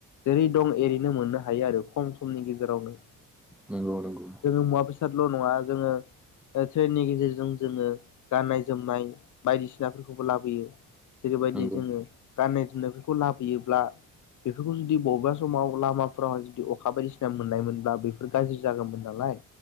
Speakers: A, on the left; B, in the centre.
A: जेरै दं एओरैनो मोननो हायो आरो। खम समनि गेजेरावनो
B: नोंगौ नोंगौ
A: जोङो मुवा बेसादल' नङा जोङो ट्रेननि गेजेरजों जोङो गाननाय जोमनाय बायदिसिनाफोरखौबो लाबोयो। जेरैबायदि
B: नंगौ
A: जोङो गाननाय जोमनायफोरखौ लाबोयोब्ला बेफोरखौ जुदि बबेबा समाव लामाफोरावहाय जुदि अखा बायदिसिना मोननायमोनब्ला बेफोर गाज्रि जागौमोन नालाय